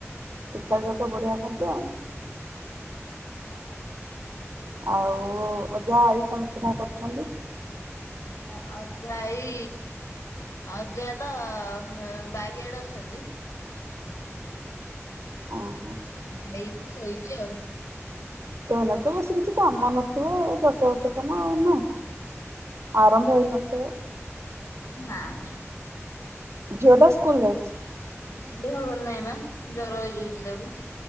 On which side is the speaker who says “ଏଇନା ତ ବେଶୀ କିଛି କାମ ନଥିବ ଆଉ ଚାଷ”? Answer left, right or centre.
Right